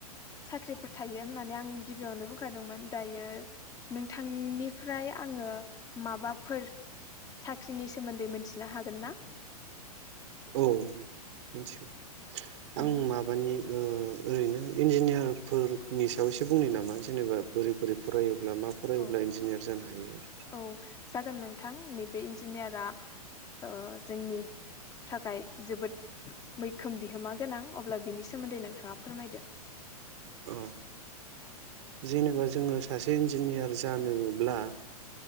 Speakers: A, on the left; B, on the right.
A: साख्रिफोर थायो होननानै आं गिबियावनो बुंखादोंमोन दायो। नोंथांनि फ्राय आङो माबाफोर साख्रिनि सोमोन्दै मिथिनो हागोन ना?
B: औ मिथिगौ
A: ओं
B: आं माबानि ओ-ओरैनो इन्जिनियारफोरनि सायाव एसे बुंनि नामा जेनेबा बोरै बोरै फरायो। ब्ला मा फरायोब्ला
A: औ
B: इन्जिनियार जानो हायो।
A: औ जागोन नोंथां नैबे इन्जिनियारा ओ-जोंनि थाखाय जोबोद मैखोम बिहोमा गोनां अब्ला बिनि सोमोन्दै नोंथाङा फोरमायदो।
B: औ जेनेबा जोङो सासे इन्जिनियार जानोब्ला